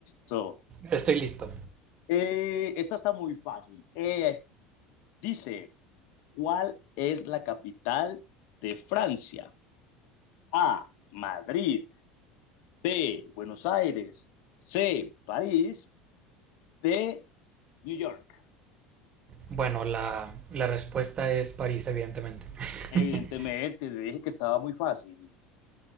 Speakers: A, on the left; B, on the right.
A: Listo.
B: estoy listo.
A: Eh, esta está muy fácil. Eh, dice, ¿cuál es la capital de Francia? A, Madrid. B, Buenos Aires, C, París, D, New York.
B: Bueno, la, la respuesta es París, evidentemente.
A: Evidentemente,
B: <laughs>
A: le dije que estaba muy fácil.